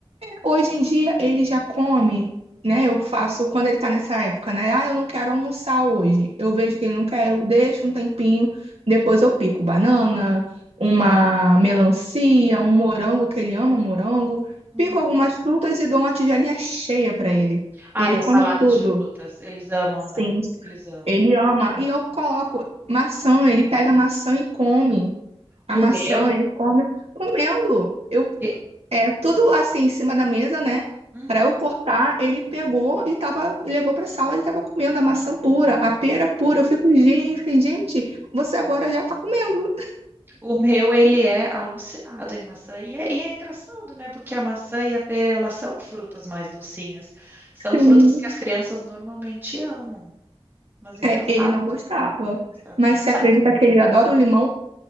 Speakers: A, on the right; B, on the right.
A: hoje em dia ele já come, né? Eu faço quando ele tá nessa época, né? Ah, eu não quero almoçar hoje. Eu vejo que ele não quer, eu deixo um tempinho, depois eu pico banana, uma melancia, um morango que ele ama morango,
B: Uhum.
A: pico algumas frutas e dou uma tigelinha cheia pra ele.
B: Ai,
A: Ele
B: a
A: come
B: salada
A: tudo.
B: de frutas. Eles amam,
A: Sim.
B: né? Eles amam.
A: Ele ama e eu coloco maçã, ele pega maçã e come. A
B: O
A: maçã,
B: meu.
A: ele come comendo. Eu,
B: e-
A: é tudo assim em cima da mesa, né?
B: Uhum.
A: Para eu cortar, ele pegou e tava, levou para sala e tava comendo a maçã pura, a pera pura. Eu fico, gente, fiquei, gente, você agora já tá comendo.
B: O meu, ele é alucinado em maçã. E é, e é engraçado, né? Porque a maçã e a pera, elas são frutas mais docinhas. São
A: Sim.
B: frutas que as crianças normalmente amam. Mas é
A: É,
B: engraçado
A: ele não gostava.
B: que não, não gostava.
A: Mas você
B: Sa-
A: acredita que ele adora o limão?